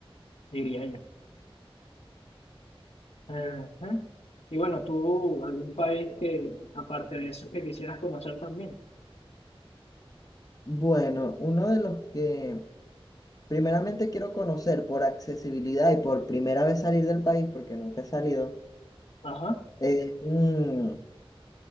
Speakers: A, on the left (about 85°); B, on the left (about 35°).
A: Diría yo. Ajá. Y bueno, tú, algún país que, aparte de eso, que quisieras conocer también.
B: Bueno, uno de los que primeramente quiero conocer por accesibilidad y por primera vez salir del país, porque nunca he salido,
A: Ajá.
B: es mm,